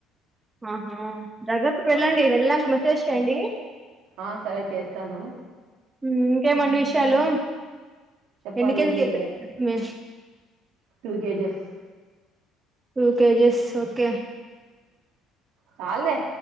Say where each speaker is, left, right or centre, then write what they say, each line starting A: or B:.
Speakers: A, on the right; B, on the right.
A: ఆహా దగ్గరతుకి వెళ్ళండి
B: ఆ
A: వెళ్ళక మెసేజ్ చేయండి
B: ఆ సరే చేస్తాను
A: హ్మ్మ్ ఇంకేమండి విషయాలు
B: చెప్పాలి
A: ఎన్నికెళ
B: మీరే
A: హ్మ్మ్
B: two kgs
A: two kgs okay
B: చాలే